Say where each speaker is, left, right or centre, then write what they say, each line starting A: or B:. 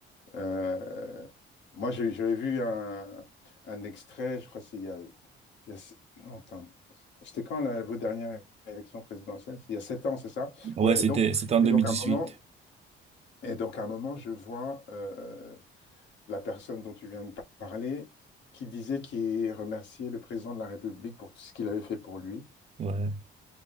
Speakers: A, on the left (about 65°); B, on the right (about 30°).
A: Euh, moi, j'ai- j'avais vu un, un extrait, je crois que c'est il y a, il y a- non, attends, c'était quand la, vos dernières élections présidentielles? C'est il y a sept ans, c'est ça?
B: Ouais,
A: Ouais,
B: c'était
A: et donc,
B: c'était en 2018.
A: et donc à un moment, et donc à un moment, je vois euh, la personne dont tu viens de parler qui disait qu'il remerciait le président de la République pour tout ce qu'il avait fait pour lui
B: Ouais,